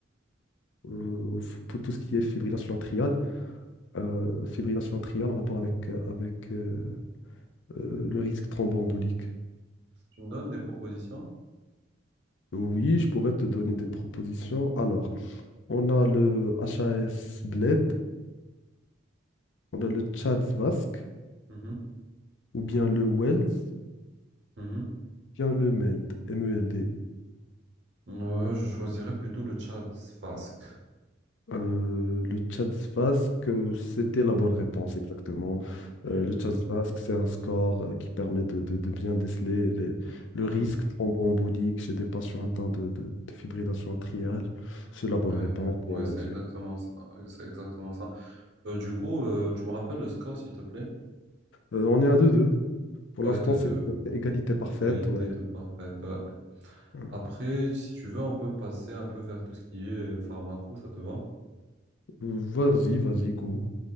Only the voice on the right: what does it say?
Tu me donnes des propositions?
Mhm,
mhm.
Euh, je choisirais plutôt le Tchad vasque.
Oui.
Mhm.
Ouais,
ouais,
c'est
exactement ça. C'est exactement ça. Euh, du coup, euh, tu me rappelles le score, s'il te plaît?
Ouais,
de, de
égalité
de parfaite. ouais.
Après, si tu veux, on peut passer un peu vers tout ce qui est euh, pharmaco, ça te va?